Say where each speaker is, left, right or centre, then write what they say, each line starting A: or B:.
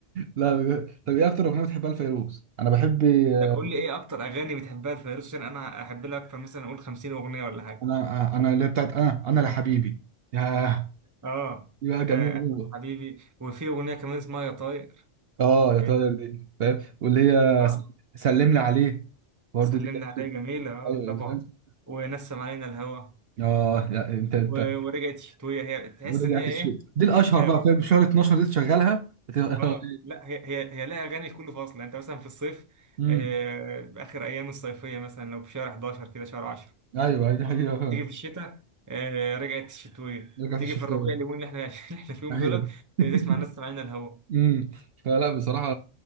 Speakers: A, on the right; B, on the right.
A: لا بجد. طب
B: <laughs>
A: ايه اكتر اغنيه بتحبها لفيروز انا بحب آه،
B: ده قول لي ايه اكتر اغاني بتحبها لفيروز عشان انا احب لها اكتر مثلا اقول 50 اغنيه ولا حاجه
A: انا آه، انا اللي هي بتاعت انا انا لحبيبي ياه
B: اه
A: يا جميل
B: آه، انا حبيبي وفي اغنيه كمان اسمها يا طاير
A: اه يا
B: يعني
A: طاير دي فاهم واللي هي
B: اه
A: س- سلمنا عليه برضه
B: سلمنا
A: دي كانت
B: عليها
A: شيء
B: جميله اه
A: ايوه
B: طبعا
A: فاهم
B: ونسم علينا الهوى
A: اه لا انت انت
B: و- ورجعت شتويه هي تحس
A: رجعت
B: ان هي ايه
A: الشيء دي الاشهر
B: اه
A: بقى فاهم شهر 12 دي تشغلها بتبقى-
B: آه، آه. لا هي هي هي لها اغاني لكل فصل يعني انت مثلا في الصيف
A: <laughs>
B: آه،
A: امم
B: اخر ايام الصيفيه مثلا لو في شهر 11 كده شهر 10
A: ايوه ايوه دي حقيقه فاهم
B: تيجي في الشتاء آه رجعت الشتويه
A: رجعت
B: تيجي
A: الشيء
B: في الربيع
A: تاني
B: اليومين اللي احنا <laughs> اللي احنا فيهم
A: ايوه
B: دولت
A: <laughs>
B: تسمع الناس سامعين الهوا
A: امم فلا بصراحه